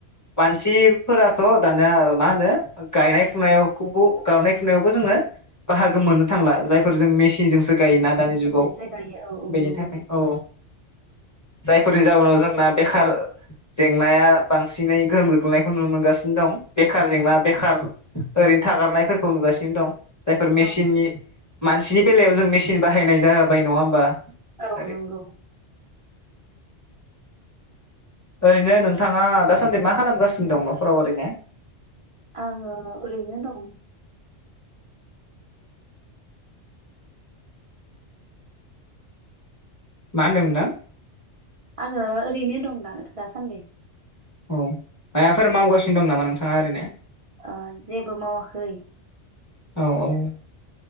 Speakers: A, on the left (about 20°); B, on the right (about 60°).
A: मानसिफोरा थ' दानोया मा होनो गायनाय फुनायावखौबो गावनाय फुनायावबो जोङो बाहागो मोननो थांला जायफोर जों मेसिनजोंसो गायोना दानि
B: मेचिनजोंसो
A: जुगाव
B: गायो औ औ
A: बेनि
B: नंगौ
A: थाखाय औ। जायफोरनि जाउनाव जोंना बेखार जेंनाया बांसिनै गोहोम गोग्लैनायखौ नुनो मोनगासि दं बेखार जेंना
B: औ
A: बेखार ओरैनो थागारनायफोरखौ नुगासिनो दं। जायफोर मेसिननि
B: औ
A: मानसिनि बेलायाव जों मेसिन बाहायनाय जाबाय नङा होमबा?
B: औ
A: ओरै
B: नंगौ।
A: ओरैनो नोंथाङा दासान्दि मा खालामगासिनो दं न'फोराव ओरैनो?
B: आङो ओरैनो दं।
A: मा होनदों नोंथां?
B: आङो ओरैनो दं दा दासान्दि।
A: औ मायाफोर मावगासिनो दं नामा नोंथाङा ओरैनो?
B: ओ जेबो मावाखै।
A: औ औ।